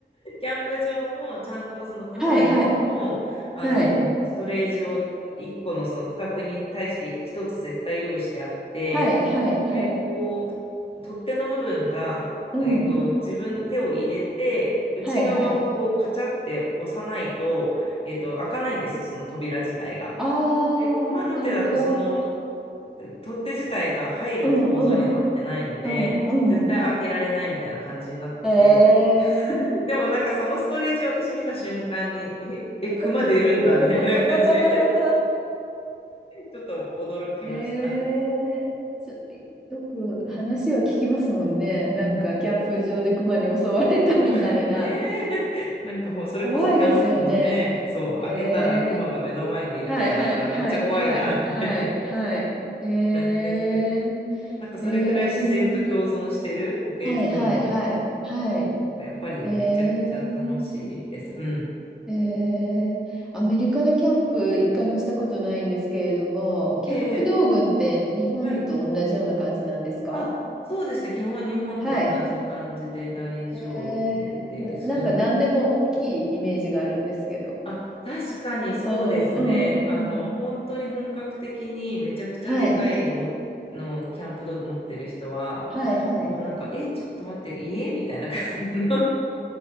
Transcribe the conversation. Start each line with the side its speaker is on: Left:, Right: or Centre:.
Left: ャンプ場も、ちゃんとその熊用の、
Centre: はい、はい、
Left: あの、
Centre: はい、
Left: ストレージを1個のその区画に対して1つ絶対用意してあって、
Centre: はい、はい、はい。
Left: で、こう、取っ手の部分が、
Centre: うん、
Left: えっと、自分の手を入れて、内側をこう、
Centre: はい、はい。
Left: カチャって押さないと、えっと、開かないんです、その扉自体が。
Centre: あー、
Left: で、熊の手だとその
Centre: なるほど。
Left: 取っ手自体が入る構造にはなってないので、
Centre: うん、うん、うん、
Left: 絶対開けられないみたいな感じになってて、
Centre: うん。えー。
Left: でもなんかそのストレージ私見た瞬間に、え、え、熊出るんだみたいな感じで、
Centre: <laughs>
Left: ちょっと驚きました。
Centre: ええちょ、よく話は聞きますもんね。なんかキャンプ場で熊に襲われたみたいな。
Left: うんうん <laughs> ねえ、なんかほんそれこそキャンプのね、
Centre: 怖いですよね。
Left: そう、
Centre: ええ
Left: 開けたら熊が目の前にいるとかだったらめっちゃ怖いな、
Centre: はいはいはいはいはいはい。
Left: みたいな
Centre: ええ
Left: 感じですけど。なんかそれくらい自然と共存してる国立公園なので、
Centre: ええはいはいはいはい。
Left: やっぱりめちゃくちゃ楽しいです。
Centre: ええ
Left: うん。
Centre: ええアメリカでキャンプ一回もしたことないんですけれども、キャンプ道具って日本と同じような感じなんですか
Left: ええ、ええはい。あ、そうですね。基本日本と同じ感じで大丈夫です。
Centre: はい。えー、ななんか何でも大きいイメージがあるんですけど。
Left: うん。あ、確かにそうですね。
Centre: うん、うん、
Left: あの、
Centre: うん。
Left: 本当に本格的にめちゃくちゃでかいものキャンプ道具持ってる人は、
Centre: はい、はい、はい。
Left: もうなんか、え、ちょっと待って、家みたいな感じの